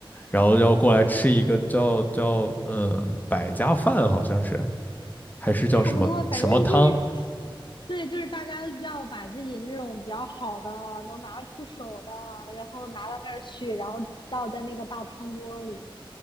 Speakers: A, on the left; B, on the left.
A: 然后要过来吃一个叫叫嗯百家饭，好像是还是叫什么什么汤？
B: 差不多，反正就是，对，就是大家要把自己那种比较好的、能拿出手的，然后拿到那儿去，然后倒在那个大汤锅里。